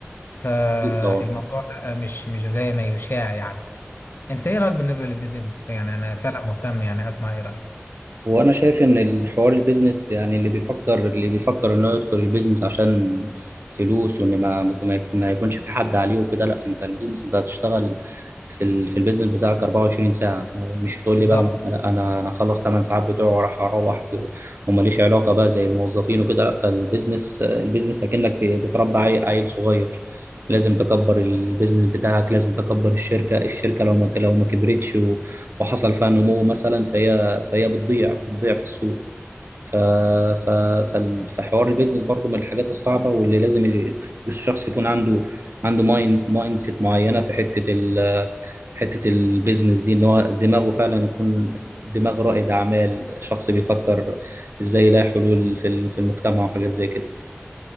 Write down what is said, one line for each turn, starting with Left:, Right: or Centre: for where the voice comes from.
Left: فالموضوع
Right: أكيد طبعا
Left: لأ، مش مش زي ما يشاع يعني أنت إيه رأيك بالنسبة للبيزنس يعني أنا فعلا مهتم يعني أسمع إيه رأيك
Right: هو انا شايف ان الحوار البيزنس يعني اللي بيفكر اللي بيفكر انه يدخل البيزنس عشان فلوس وان ما ما ما يكون- ما يكونش في حد عليه وكده لا انت البيزنس انت هتشتغل في ال... في البيزنس بتاعك 24 ساعة مش هتقول
Left: بالظبط
Right: لي بقى انا انا انا أنا خلص 8 ساعات بتوعي وراح اروح في... وماليش علاقة بقى زي الموظفين وكده لا البيزنس البيزنس اكنك ب- بتربى عي- عيل صغير لازم تكبر البيزنس بتاعك لازم تكبر الشركة الشركة لو ما لو ما كبرتش و... وحصل فيها نمو مثلا فهي فهي بتضيع بتضيع في السوق ف... ف... فال- فحوار البيزنس برضو من الحاجات الصعبة واللي لازم ال- الشخص يكون عنده عنده مايند مايند سيت معينة في حتة ال... حتة البيزنس دي ان هو دماغه فعلا يكون دماغ رائد أعمال شخص بيفكر ازاي يلاقي حلول في ال- في المجتمع وحاجات زي كده